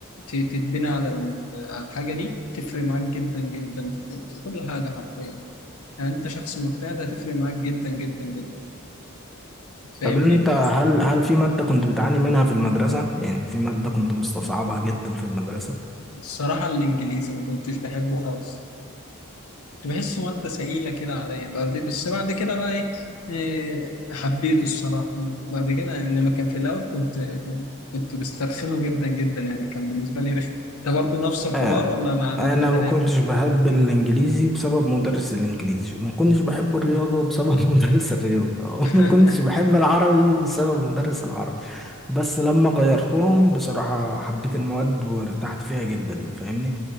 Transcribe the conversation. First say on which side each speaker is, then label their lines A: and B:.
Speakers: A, on the left; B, in the centre.
A: ت- تتبنى على ال- على الحاجة دي تفرق معاك جدا جدا في في كل حاجة حرفيا. يعني انت شخص مجتهد هتفرق معاك جدا جدا جدا فاهمني
B: طب انت هل هل في مادة كنت بتعاني منها في المدرسة؟ يعني في مادة كنت مستصعبها جدا في المدرسة؟
A: الصراحه الانجليزي ما كنتش بحبه خالص كنت بحسه ماده ثقيله كده عليا بعد- بس بعد كده بقى ايه إيه، حبيته الصراحه بعد كده انما كان في الاول كنت كنت كنت بسترخنه جدا جدا يعني كان بالنسبه لي رخم انت برضه نفس الحوار
B: آه
A: ولا مع ماده
B: انا
A: تانيه
B: ما كنتش بحب الانجليزي بسبب مدرس الانجليزي وما كنتش بحب الرياضة بسبب <laughs> مدرس الرياضة
A: <laughs>
B: وما كنتش بحب العربي بسبب مدرس العربي بس لما غيرتهم بصراحة حبيت المواد وارتحت فيها جدا فاهمني؟